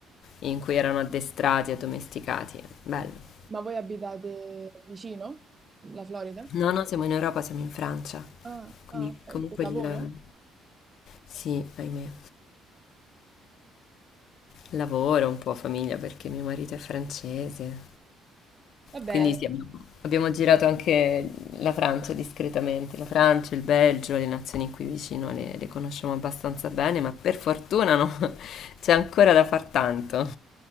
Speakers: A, on the left; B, on the right.
A: in cui erano addestrati e domesticati. Bello.
B: Ma voi abitate vicino? La Florida?
A: No, no, siamo in Europa, siamo in Francia.
B: Ah,
A: Quindi
B: ah, ok,
A: comunque
B: per lavoro?
A: il... Sì, ahimè. Lavoro un po', famiglia, perché mio marito è francese.
B: Vabbè.
A: Quindi sì, abbiamo abbiamo girato anche la Francia discretamente, la Francia, il Belgio, le nazioni qui vicino le, le conosciamo abbastanza bene, ma per fortuna no, <laughs> c'è ancora da far tanto.